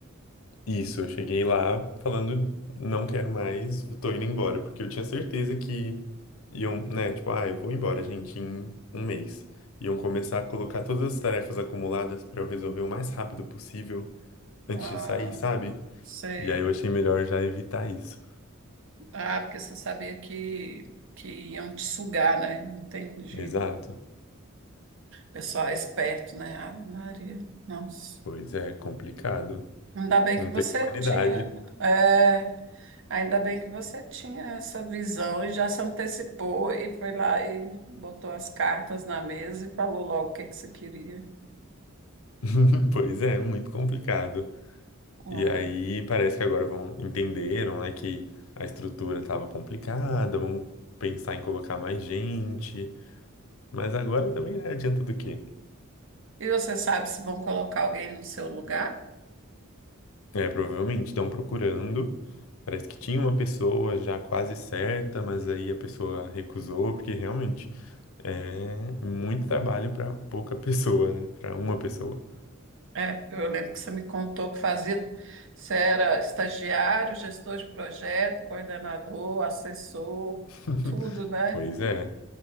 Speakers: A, on the left (about 75°); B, on the right (about 65°).
A: Isso, eu cheguei lá falando, não quero mais, tô indo embora. Porque eu tinha certeza que iam, né? Tipo, ah, eu vou embora, gente, em um mês. Iam começar a colocar todas as tarefas acumuladas pra eu resolver o mais rápido possível antes
B: Ah,
A: de sair, sabe?
B: sei.
A: E aí eu achei melhor já evitar isso.
B: Ah, porque você sabia que, que iam te sugar, né? Entendi.
A: Exato.
B: Pessoal é esperto, né? Ave Maria. Nossa.
A: Pois é, complicado.
B: Ainda bem
A: Não
B: que você
A: tem humanidade.
B: tinha, é, ainda bem que você tinha essa visão e já se antecipou e foi lá e botou as cartas na mesa e falou logo o que que você queria.
A: <laughs> Pois é, muito complicado.
B: É.
A: E aí parece que agora vão entenderam, né, que a estrutura estava complicada, vão pensar em colocar mais gente. Mas agora também, né, adianta do quê?
B: E você sabe se vão colocar alguém no seu lugar?
A: É, provavelmente estão procurando. Parece que tinha uma pessoa já quase certa, mas aí a pessoa recusou, porque realmente É muito trabalho para pouca pessoa, né? Para uma pessoa.
B: É, eu lembro que você me contou que fazia, você era estagiário, gestor de projeto, coordenador, assessor,
A: <laughs>
B: tudo, né?
A: Pois é,